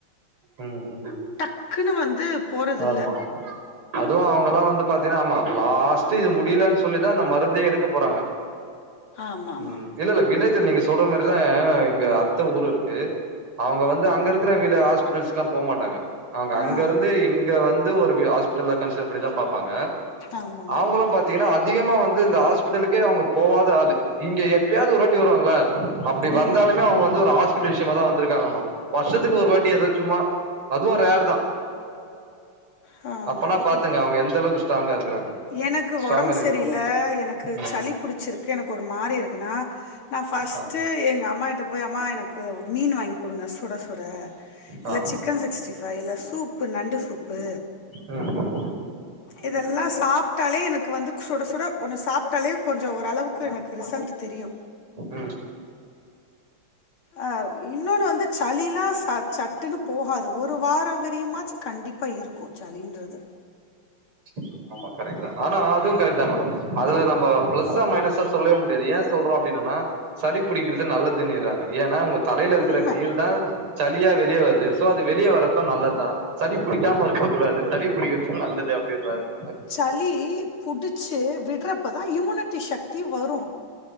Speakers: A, on the right; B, on the left.
A: ம் ம்
B: டக்குன்னு வந்து போறதில்ல
A: ஆமா அதுவு அவ்ங்களா வந்து பாத்தீனா ஆமா லாஸ்ட்டு இது முடியலன் சொல்லிதா அந்த மருந்தே எடுக்க போறாங்க
B: ஆமா ஆமா
A: ம் இல்ல இல்ல வில்லேஜ்ல நீங்க சொல்ற மாரிதா எங்க அத்த ஊரு இருக்கு அவ்ங்க வந்து அங்க இருக்குற வில ஹாஸ்பிட்டல்ஸ்க்குல போ மாட்டாங்க அவ்ங்க அங்க
B: ஆ
A: இருந்து இங் ங்க வந்து ஒரு வெ ஹாஸ்பிட்டல கன்சிடர் பண்ணிதா பாப்பாங்க
B: ஆமா ஆமா
A: அவ்ங்களு பாத்தீங்கனா அத் அதிகமா வந்து இந்த ஹாஸ்பிட்டலுக்கே அவ்ங்க போவாத ஆளு இங்க எப்பயாவ்து ஒரு வாட்டி வருவாங்கள அப்டி வந்தாலுமே
B: ஆமா
A: அவ்ங்க வந்து ஒரு ஹாஸ்பிட்டல் விஷ்யமா தா வந்திருக்காங்கனு வர்ஷத்துக்கு ஒரு வாட்டி எதோ சும்மா அதுவு ரேர் தா
B: ஹாமா
A: அப்பனா
B: ஆமா
A: பாத்துங்க
B: எப்
A: அவங்க எந்த அளவுக்கு ஸ்ட்ராங்கா இருக்கிறாங்கன்ட்டு
B: எனக்கு
A: ஸ்ட்ராங்கா
B: ஒடம்பு
A: நிறுத்
B: சரியில்ல எனக்கு
A: ம்
B: சளிப் பிடிச்சிருக்கு எனக்கு ஒரு மாரி இருக்குனா நா ஃபஸ்ட்டு
A: ஆ
B: எங்க அம்மா கிட்ட போய் அம்மா எனக்கு மீன் வாங்கி குடுங்க சுட சுட இல்ல
A: ஆ
B: சிக்கன் சிக்ஸ்டிஃப் ரைல சூப்பு நண்டு சூப்பு
A: ம் ம்
B: இதெல்லா சாப்டாலே எனக்கு வந்து சுட சுட ஒன்னு சாப்டாலே கொஞ்சோ ஓரளவுக்கு எனக்கு ரிசல்ட்டு தெரியு
A: ம்
B: ஆ இன்னொனு வந்து சளிலா ச சட்டுனு போகாது ஒரு வாரோ வறியுமாச்சு கண்டிப்பா இருக்கு சளின்றது
A: ஆ ஆமா கரெக்ட் தா ஆனா அதுவு கரெக்ட் தா மேடம் அதுல நம்போ பிளஸ்ஸா மைனஸா சொல்லவே முடியாது ஏன் சொல்றோ அப்டின்னனா சளி பிடிக்கிறது நல்லதுனுனிறாங்க ஏனா உங்க தலேல இருக்குற
B: உண்ம
A: நீர் தா சளியா வெளிய வருது சோ அது வெளிய வரது நல்லதா சளி புடிக்காம இருக்க கூடாது சளி புடிக்கிறதுகு நல்லது அப்டின்றாங்க
B: சளி புடிச்சு விட்றப்ப தா இம்யூனிட்டி சக்தி வரு